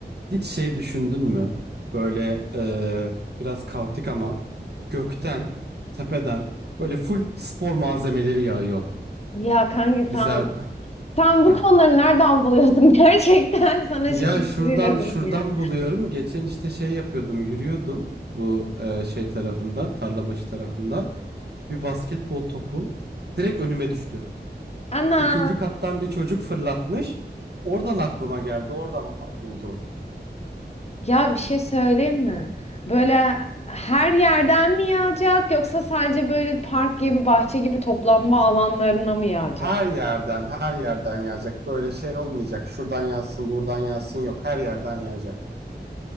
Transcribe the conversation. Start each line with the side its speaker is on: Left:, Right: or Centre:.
Right: Hiç şey düşündün mü? Böyle e, biraz kaotik ama gökten, tepeden böyle full spor malzemeleri yağıyor.
Left: Ya kanka
Right: Mesela
Left: sen, sen bu
Right: hı.
Left: konuları nereden buluyorsun? <laughs> Gerçekten sana
Right: ya
Left: şaşırıyorum
Right: şuradan şuradan
Left: ya.
Right: buluyorum. Geçen işte şey yapıyordum, yürüyordum bu e, şey tarafında, Tarlabaşı tarafında. Bir basketbol topu direkt önüme düştü.
Left: Ana.
Right: İkinci kattan bir çocuk fırlatmış. Oradan aklıma geldi, oradan buldum.
Left: Ya bir şey söyleyeyim mi? Böyle her yerden mi yağacak yoksa sadece böyle park gibi, bahçe gibi toplanma alanlarına mı yağacak?
Right: Her yerden, her yerden yağacak. Böyle şey olmayacak. Şuradan yağsın, buradan yağsın yok. Her yerden yağacak.